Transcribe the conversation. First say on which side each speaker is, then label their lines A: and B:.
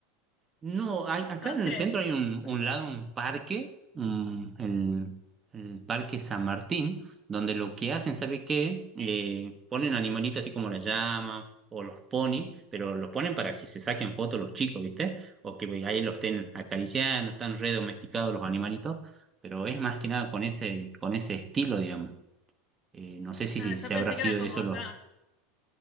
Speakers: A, on the right; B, on the left.
A: No, hay- acá
B: no
A: en
B: sé,
A: el centro hay
B: <laughs>
A: un, un lado, un parque, un- el, el Parque San Martín, donde lo que hacen, ¿sabe qué? Eh, ponen animalitos así como la llama o los ponis, pero los ponen para que se saquen fotos los chicos, ¿viste? O que ahí los estén acariciando, están re domesticados los animalitos, pero es más que nada con ese, con ese estilo, digamos. Eh, no sé si,
B: Ah, yo
A: si
B: pensé
A: habrá sido
B: que era como
A: de eso
B: acá.
A: los...